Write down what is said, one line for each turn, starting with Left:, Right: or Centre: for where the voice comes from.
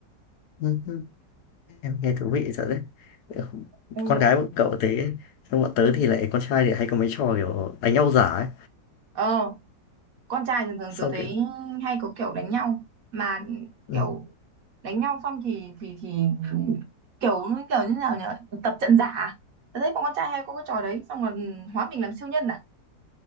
Left: ừ, ừ. Em nghe thú vị thật đấy. Ừ,
Right: Ừ.
Left: Con gái bọn cậu thế, xong bọn tớ thì lại con trai thì hay có mấy trò kiểu đánh nhau giả ấy.
Right: ờ con trai thường thường
Left: Xong
Right: tớ thấy
Left: kiểu
Right: hay có kiểu đánh nhau mà
Left: ừ,
Right: kiểu đánh nhau xong thì thì thì kiểu kiểu như nào nhỉ tập trận giả tớ thấy bọn con trai hay có cái trò đấy xong rồi ừ, hóa mình làm siêu nhân à